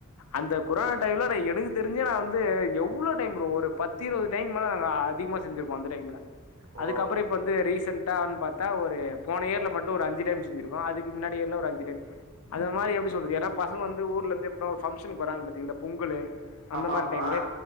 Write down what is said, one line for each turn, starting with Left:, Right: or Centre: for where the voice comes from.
Left: அந்த கொரானா டைம்லோட எனக்கு தெரிஞ்சு நா வந்து எவ்ளோ டைம் ப்ரோ ஒரு பத்து இருவது டைம் மேல நாங்க அதிகமா செஞ்சிருக்கோ அந்த டைம்ல.
Right: ஓ
Left: அதுக்கப்பறோ இப்ப வந்து ரீசன் டான் பாத்தா ஒரு போன இயர்ல மட்டு ஒரு அஞ்சு டைம் செஞ்சுருக்கோ அதுக்கு முன்னாடி இயர்ல ஒரு அஞ்சு டைம் இந்த மாரி எப்டி சொல்றது ஏன்னா பசங்க வந்து ஊர்ல இருந்து எப்பனா ஒரு பங்சன்க்கு வறாங்க பாத்தீங்க இந்த பொங்கலு அந்த
Right: ஆமா
Left: மாரி
Right: ஆமா
Left: டைம்ல